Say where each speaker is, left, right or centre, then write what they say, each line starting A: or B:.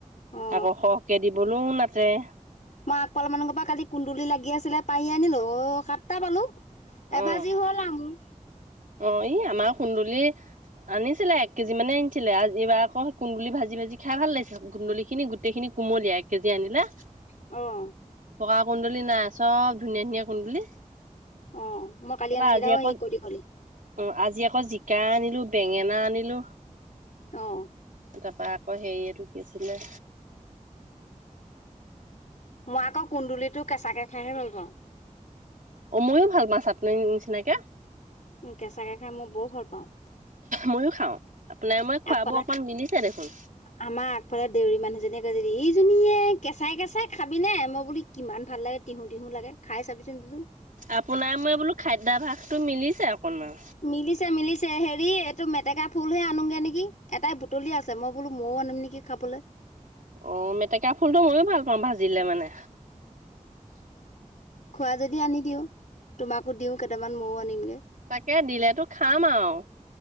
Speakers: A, on the left; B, on the right.
A: অ
B: আকৌ সহকে দিবলৈও নাতে।
A: মই আগফালৰ মানুৰ পৰা কালি কুন্দুলি লাগি আছিলে পাৰি আনিলো অ' সাতটা পালো
B: অ
A: এভাজি হ'ল আও মোৰ
B: অ ই আমাৰ কুন্দুলিৰ আনিছিলে এক কেজি মানে আনিছিলে আজি এইবাৰ আকৌ কুন্দুলি ভাজি ভাজি খাই ভাল লাগিছে কুন্দুলি খিনি গোটেইখিনি কুমলীয়া এক কেজি আনিলা।
A: অ '
B: পকা কুন্দুলি নাই চব ধুনীয়া ধুনীয়া কুন্দুলি
A: অ' মই কালি
B: তাৰপৰা
A: অনা
B: আজি
A: কেইটা
B: আকৌ
A: কলি কলি
B: অ' আজি আকৌ জিকা আনিলো বেঙেনা আনিলো
A: অ '
B: তাৰপা আকৌ হেৰি এইটো কি আছিলে
A: মই আকৌ কুন্দুলিিতো কেঁচাকে খাইহে ভাল পাওঁ
B: অ ময়ো ভাল পাওঁ চাটনি নিচিনাকে
A: কেঁচাকে খাই মই বৰ ভাল পাওঁ
B: মইয়ো খাওঁ। আপোনাৰ মই খোৱাবোৰ
A: আগফালে
B: অকণ মিলিছে দেখোন।
A: আমাৰ আগফালে দেউৰী মানুহ জনীয়ে কয় দেই জনীয়ে কেঁচাই কেঁচাই খাবি নে মই বুলি কিমান ভাল লাগে তিহু তিহু লাগে খাই চাবিচোন বচোন
B: আপোনাৰ মই বোলো খাদ্যাভাসতটো মিলিছে অকনমান।
A: মিলিছে মিলিছে। পিছে হেৰি এইটো মেটেকা ফুলহে আনোগে নেকি এটাই বুটলি আছে মই বোলো মইয়ও আনিম নেকি খাবলৈ।
B: অ' মেটেকা ফুলটো ময়ো ভাল পাওঁ ভাজিলে মানে
A: খোৱা যদি আনি দিওঁ তোমাকো দিও কেইটামান ময়ও আনিমগে
B: তাকে দিলেতো খাম আৰু